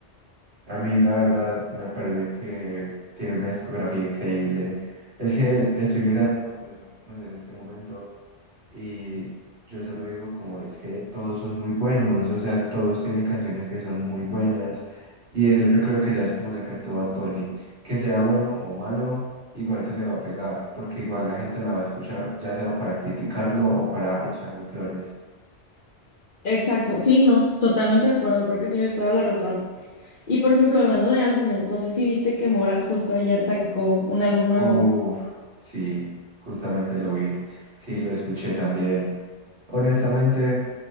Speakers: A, on the right (about 65°); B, on the left (about 45°).
A: a mí la verdad me parece que tiene una discografía increíble. Es que estoy mirando los álbumes en este momento. Y yo se lo digo como es que todos son muy buenos, o sea, todos tienen canciones que son muy buenas. Y eso yo creo que ya es como el efecto Bad Bunny, que sea bueno o malo, igual se le va a pegar, porque igual la gente la va a escuchar, ya sea para criticarlo o para echarle flores.
B: Exacto, sí, no, totalmente de acuerdo, creo que tienes toda la razón. Y por ejemplo, hablando de álbumes, no sé si viste que Mora justo ayer sacó un álbum nuevo.
A: Uf, sí, justamente lo vi, sí, lo escuché también. Honestamente,